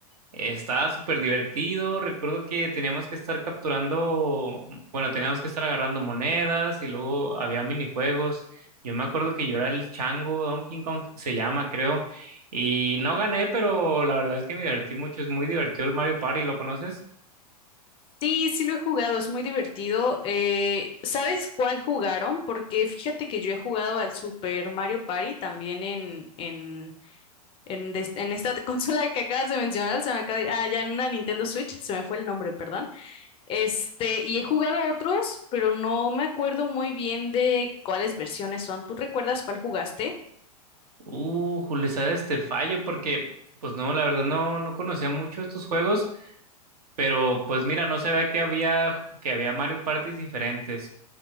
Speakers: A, on the right; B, on the left.
A: Estaba súper divertido. Recuerdo que teníamos que estar capturando, bueno, teníamos que estar agarrando monedas y luego había minijuegos. Yo me acuerdo que yo era el chango, Donkey Kong se llama, creo. Y no gané, pero la verdad es que me divertí mucho. Es muy divertido el Mario Party, ¿lo conoces?
B: Sí, sí lo he jugado, es muy divertido. Eh, ¿sabes cuál jugaron? Porque fíjate que yo he jugado al Super Mario Party también en, en, en, des- en esta <laughs> consola que acabas de mencionar, se me acaba de- ah, ya en una Nintendo Switch, se me fue el nombre, perdón. Este, y he jugado otros, pero no me acuerdo muy bien de cuáles versiones son. ¿Tú recuerdas cuál jugaste?
A: Uh, Julio, sabes, te fallo porque, pues no, la verdad no, no conocía mucho estos juegos. Pero pues mira, no se ve que había, que había Mario Parties diferentes.